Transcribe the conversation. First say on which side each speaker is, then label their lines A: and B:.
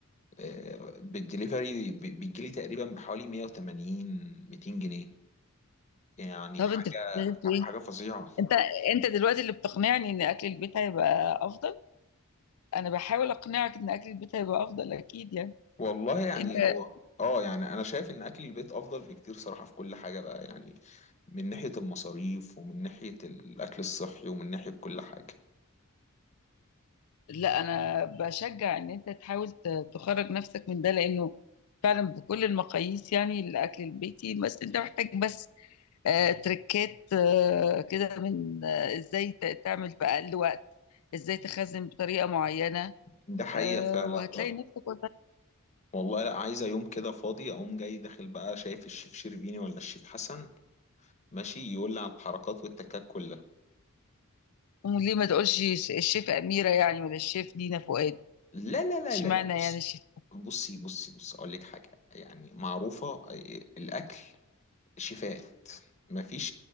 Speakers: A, on the left; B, on the left.
A: آه، بالدليفري بي- بيجيلي تقريبا بحوالي 180 200 جنيه يعني
B: طب
A: حاجة
B: انت بتستهدف ايه؟
A: حاجة فظيعة
B: انت انت دلوقتي اللي بتقنعني ان اكل البيت هيبقى افضل انا بحاول اقنعك ان اكل البيت هيبقى افضل اكيد يعني
A: والله يعني
B: انت
A: هو اه يعني انا شايف ان اكل البيت افضل بكتير صراحة في كل حاجة بقى يعني من ناحية المصاريف ومن ناحية الأكل الصحي ومن ناحية كل حاجة
B: لا انا بشجع ان انت تحاول ت- تخرج نفسك من ده لانه فعلا بكل المقاييس يعني الاكل البيتي بس انت محتاج بس آه، تركات آه، كده من آه، ازاي ت- تعمل في اقل وقت ازاي تخزن بطريقة معينة
A: ده حقيقة
B: آه،
A: فعلا
B: وهتلاقي
A: بقى
B: نفسك
A: والله لا عايزة يوم كده فاضي أقوم جاي داخل بقى شايف الشيف شربيني ولا الشيف حسن ماشي يقول لي على الحركات والتكات كلها
B: وليه ما تقولش ش- الشيف أميرة يعني ولا الشيف دينا فؤاد
A: لا لا لا
B: اشمعنى
A: لا لا
B: يعني
A: بصي
B: الشيف
A: بصي بصي بصي أقول لك حاجة يعني معروفة آه، الأكل شيفات مفيش